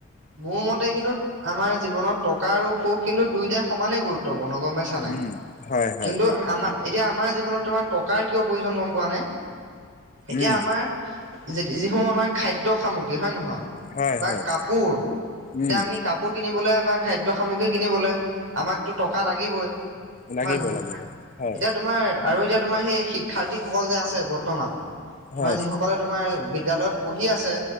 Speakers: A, on the right (about 70°); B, on the left (about 35°).
A: মোৰ কিন্তু আমাৰ জীৱনত টকা আৰু সুখ কিন্তু দুয়োটাই সমানেই গুৰুত্বপূৰ্ণ গম পাইছো নাই।
B: উম হয়
A: কিন্তু
B: হয়
A: আমাৰ এতিয়া আমাৰ জীৱনত তোমাৰ টকাৰ কিয় প্ৰয়োজন গম পোৱা নে? এতিয়া
B: উম
A: আমাৰ যিসমূহ আমাৰ খাদ্য সামগ্ৰী হয়ে নহয়,
B: হয়
A: বা
B: হয়
A: কাপোৰ এতিয়া
B: উম
A: আমি কাপোৰ কিনিবলৈ বা খাদ্য সামগ্ৰী কিনিবলৈ আমাকতো টকা লাগিবই।
B: লাগিব
A: হয় নহয়?
B: লাগিব হয়
A: এতিয়া তোমাৰ আৰু এতিয়া তোমাৰ সেই শিক্ষাৰ্থীসকল যে আছে বৰ্তমান, তোমাৰ
B: হয়
A: যিসকলৰ তোমাৰ বিদ্যালয়ত পঢ়ি আছে,